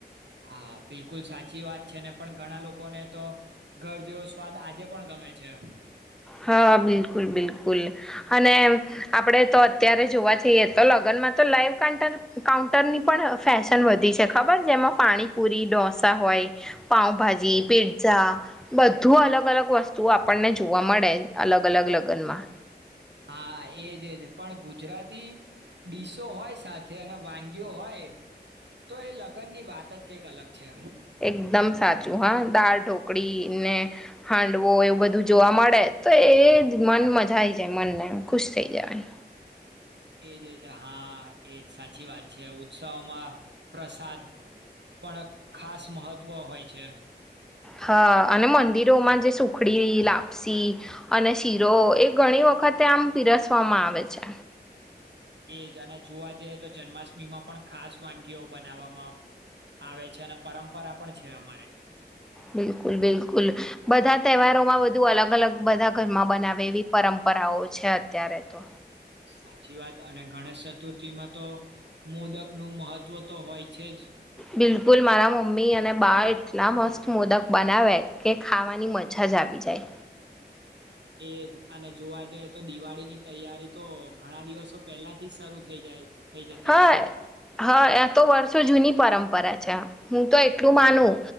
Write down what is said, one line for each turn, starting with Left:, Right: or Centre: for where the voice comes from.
Right: હા બિલકુલ સાચી વાત છે ને પણ ઘણા લોકોને તો ઘર જેવો સ્વાદ આજે પણ ગમે છે.
Centre: હા બિલકુલ બિલકુલ. અને આપડે તો અત્યારે જોવા જઈએ તો લગ્નમાં તો લાઈવ કા કાઉન્ટરની પણ ફેશન વધી છે, ખબર જેમાં પાણીપુરી ઢોસા હોય. પાઉભાજી પિર્ઝા બધું અલગ અલગ વસ્તુ આપણને જોવા મળે. અલગ અલગ લગનમાં.
Right: હા એજજ પણ ગુજરાતી ડીસો હોય સાથે અને વાનગીઓ હોય તો એ લગ્ન ની વાત જ કંઈક અલગ છે.
Centre: એકદમ સાચું. હાલ દાળ ઢોકળી ને હાંડવો એવું બધું જોવા મળે તો એજ મન મજા આ આવી જાય મનને ખુશ થઈ જાય.
Right: એજ એજ હા એજ સાચી વાત છે ઉત્સવમાં પ્રસાદ પણ ખાસ મહત્વ હોય છે.
Centre: હા અને મંદિરોમાં જે સુખડી લાપસી અને શીરો એ ઘણી વખતે આમ પીરસવામાં આવે છે.
Right: એજ અને જોવા જઈએ તો જન્માષ્ટમીમાં પણ ખાસ વાનગીઓ બનાવવામાં આવે છે અને પરંપરા પણ છે અમારે.
Centre: બિલકુલ બિલકુલ બધા તહેવારોમાં બુ અલગ અલગ બધા ઘરમાં બનાવે એવી પરંપરાઓ છે અત્યારે તો.
Right: સાચી વાત અને ગણેશ ચતુર્થીમાં તો મોદક નું મહત્વ તો હોય. છે જ
Centre: બિલકુલ મારા મમ્મી અને બાળ એટલા મસ્ત મોદક બનાવે કે ખાવાની મજા જ આવી જાય.
Right: એજ અને જોવા જઈએ તો દિવાળી ની તૈયારી તો ઘણા દિવસો પહેલા થી જ શરૂ થઈ જાય. થઈ જતી
Centre: હા
Right: હશે ને
Centre: હા આ તો વર્ષો જૂની પરંપરા છે. હું તો એટલું માનું